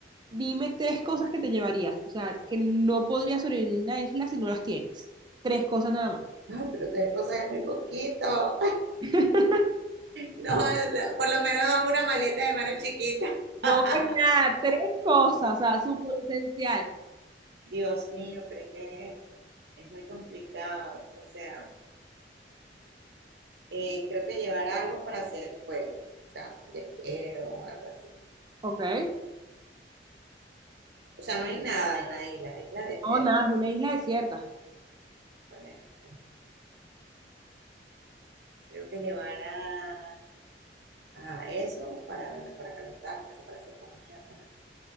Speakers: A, on the right (about 25°); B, on the right (about 65°).
A: dime tres cosas que te llevarías. O sea, que no podrías sobrevivir en una isla si no las tienes. Tres cosas nada más.
B: Ay, pero tres cosas es muy poquito. <laughs>
A: <laughs>
B: No, no, por lo menos dame una maleta de mano chiquita.
A: No,
B: <laughs>
A: pues, nada, tres cosas, o sea, súper esencial.
B: Dios mío, pero es que es es muy complicado. O sea, eh, creo que llevar algo para hacer fuego. O sea, un yesquero o algo así.
A: Ok.
B: O sea, no hay nada en la isla. Es la desierta,
A: No, nada, es
B: ¿no?
A: una isla desierta.
B: Bueno, este, creo que llevar a, a eso para, para calentarse, para hacer comida, para